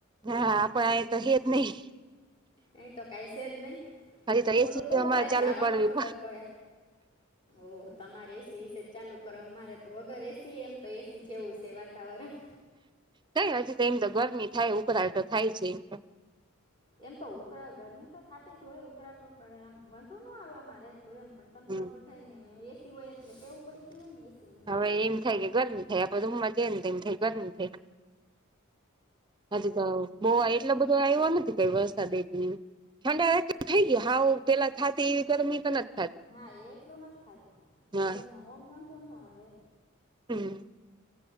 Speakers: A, on the right; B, on the left.
A: હા પણ આય તો હેત નહી
B: અય તો કાઈ સે જ નય
A: હજી
B: ને
A: એસી
B: ઓલું તો
A: અમારે
B: વા
A: ચાલુ
B: જાવામાં
A: કરવી
B: ખબર પડે ઓહ તમારે એસી એસીજ ચાલુ કરવા મારે તો વગર એસી એમ તો એસી જેવું છે, વાતાવરણ
A: કઈ હજી તો એમ તો ગરમી થાય ઉપર આવે તો થાય છે, એમ તો
B: એમ તો ઉકરા ગરમી તો થતી જ હોય ઉકળાટો પડે આમ વાંધો ન આવ અમારે એટલું એમ પણ તમને
A: હમ
B: બધા ને એસી હોય એટલે ટેવ પડી ગયું હોય ને એસીની
A: હવે એમ થાય કે ગરમી થાય આપણે રૂમમાં જઈએ ને તો એમ થાય ગરમી થાય હજી તો બો
B: એમ
A: એટલો બધો આયવો કઈ નથી વરસાદ ઠડા થઈ ગયા, હાવ પેલા થતી એવી ગરમી તો નથી. થતી
B: હા એટલું નથી, થતુ
A: હા
B: પણ ઓમ વાંધો ન આવે
A: હમ્મ